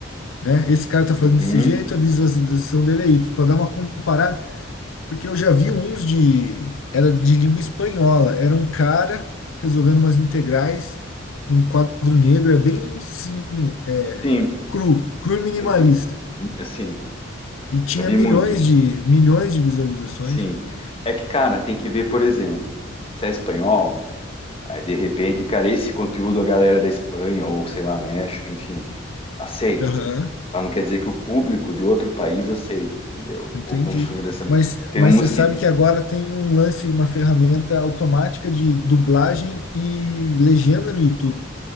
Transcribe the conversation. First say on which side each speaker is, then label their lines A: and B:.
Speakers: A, on the left; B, on the left.
A: né? Esse cara tá fazendo
B: uhum.
A: desse jeito, a visualização dele é Y, para dar uma comparada, porque eu já vi uns de era de língua espanhola, era um cara resolvendo umas integrais num quadro negro, é bem sim, é,
B: Sim,
A: cru, cru e minimalista.
B: bem cu- assim,
A: E tinha
B: já vi
A: milhões
B: muito isso.
A: de milhões de visualizações.
B: Sim. É que, cara, tem que ver, por exemplo, se é espanhol. Aí, de repente, cara, esse conteúdo a galera da Espanha ou, sei lá, México, enfim, aceita.
A: Aham.
B: Mas não quer dizer que o público de outro país aceite, entendeu?
A: Entendi.
B: Ou consuma dessa.
A: Mas,
B: Tem
A: mas
B: uns
A: você sabe
B: que.
A: que agora tem um lance, uma ferramenta automática de dublagem e legenda no YouTube.